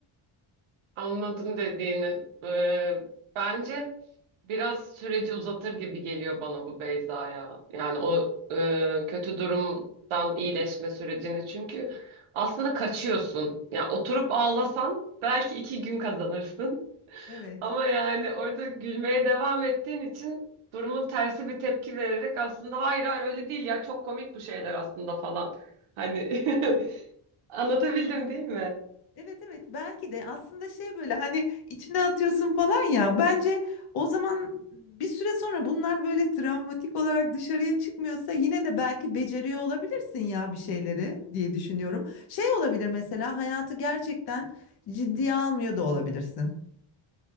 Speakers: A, on the right; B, on the left.
A: Anladım dediğini. Ee, bence biraz süreci uzatır gibi geliyor bana bu Beyza ya. Yani o e, kötü durumdan iyileşme sürecini. Çünkü aslında kaçıyorsun. Yani oturup ağlasan belki iki gün kazanırsın.
B: Evet.
A: Ama yani orada gülmeye devam ettiğin için durumun tersi bir tepki vererek aslında hayır hayır öyle değil ya çok komik bu şeyler aslında falan. Hani <laughs> anlatabildim değil mi?
B: Evet evet belki de aslında şey böyle hani içine atıyorsun falan ya bence o zaman bir süre sonra bunlar böyle travmatik olarak dışarıya çıkmıyorsa yine de belki beceriyor olabilirsin ya bir şeyleri diye düşünüyorum. Şey olabilir mesela hayatı gerçekten ciddiye almıyor da olabilirsin